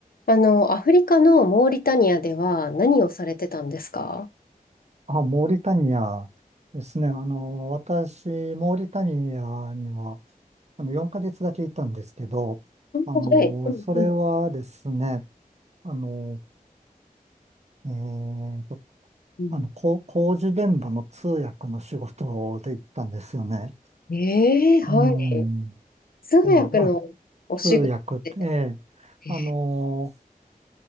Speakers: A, on the left; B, on the right.
A: あの、アフリカのモーリタニアでは何をされてたんですか
B: あ、モーリタニアですね。あの、私、モーリタニアには、あの、4ヶ月だけいたんですけど、
A: あはい。
B: あの、
A: うんうん
B: それはですね、あの、えーと、
A: うん、
B: あの、こ工事現場の通訳の仕事で行ったんですよね。
A: ええはい。
B: うん。
A: 通訳のお仕事で。
B: えーまあ、通訳って、
A: え
B: あの、